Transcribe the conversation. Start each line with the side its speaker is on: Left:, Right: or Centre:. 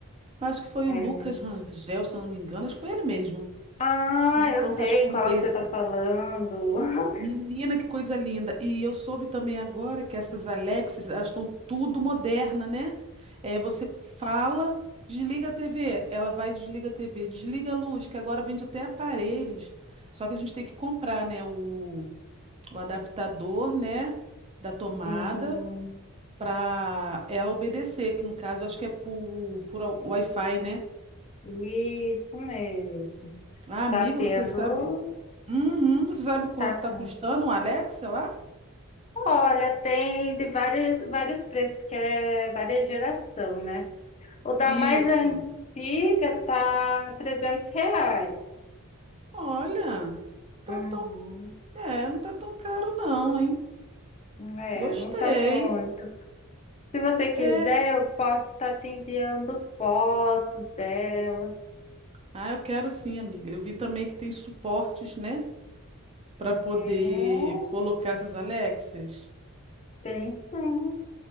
Right: Eu Acho que foi
Left: É.
Right: o Lucas Rangel, se eu não me engano, acho que foi ele mesmo
Left: Ah,
Right: comprou
Left: eu sei
Right: um cachorro
Left: qual
Right: desse.
Left: que você tá falando. <laughs>
Right: Menina, que coisa linda. E eu soube também agora que essas Alexas, elas estão tudo moderna, né? É, você fala, desliga a TV, ela vai e desliga a TV, desliga a luz, que agora vende até aparelhos. Só que a gente tem que comprar, né, o, o adaptador, né, da tomada
Left: Sim,
Right: para ela obedecer, que no caso eu acho que é por, por Wi-Fi, né?
Left: isso mesmo.
Right: Ah, amiga,
Left: Tá tendo,
Right: você sabe, Uhum, você sabe quanto
Left: tá
Right: está
Left: tendo.
Right: custando um Alexa lá?
Left: Olha, tem de vários, vários preços, que é várias geração, né? O da
Right: Isso.
Left: mais antiga tá 300 reais.
Right: Olha, tá
Left: Uhum.
Right: tão, é, não tá tão caro não, hein?
Left: É,
Right: Gostei.
Left: não tá muito. Se você quiser,
Right: É,
Left: eu posso estar te enviando fotos dela.
Right: ah, eu quero sim, amiga. Eu vi também que tem suportes, né, Pra poder
Left: tem
Right: colocar essas Alexias.
Left: tem sim.